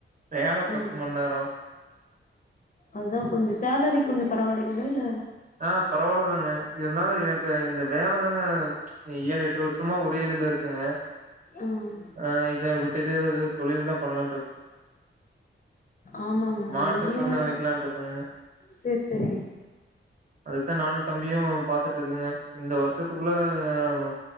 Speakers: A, on the right; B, on the left.
A: வேல பத்து
B: ம்
A: மண்நேர
B: அதா கொஞ்ச சேலரி கொஞ்ச பரவாலிங்களா இல்ல
A: ஆஹ் பரவாலதாங்க இருந்தாலு எனக்கு இந்த வேலை தாங்க ஏழு எட்டு வருஷமா ஒரே இதுல இருக்கங்க
B: ம்
A: ஆஹ் இத வ் ஏததுது தொழில்தா பண்ணலான்ற
B: ஆமாங்க
A: மாட்டு
B: இங்கியு
A: பண்ண வைக்கலான்ட்டு இருக்கேங்க.
B: சரி சரிங்க
A: அதுதா நானு தம்பியு பாத்துட்டுருக்கங்க இந்த வருஷத்துக்குள்ள ஆஹ்ம்